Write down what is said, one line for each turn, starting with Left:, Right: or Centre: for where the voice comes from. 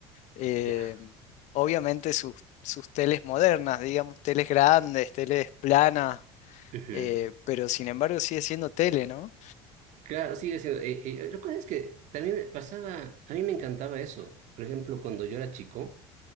Left: eh,
Right: Claro.
Left: obviamente sus, sus teles modernas, digamos, teles grandes, teles planas,
Right: ujú.
Left: eh, pero sin embargo sigue siendo tele, ¿no?
Right: Claro, sigue siendo. eh, eh, lo que es que también pasaba, a mí me encantaba eso. Por ejemplo, cuando yo era chico.